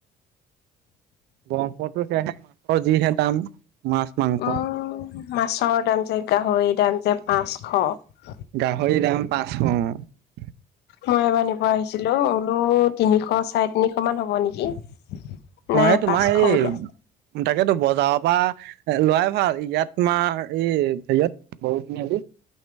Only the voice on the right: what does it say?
বৰ্পটো সেয়াহে মাছৰ যিহে দাম। মাছ মাংস
গাহৰিৰ দাম পাঁচশ অৱ।
অৱ এই তোমাৰ
এই
দাগ তাকেতো বজাৰৰ পৰা লোৱাই ভাল ইয়াত তোমাৰ এই হেৰিয়ত বৰগুৰি তিনিআলিত।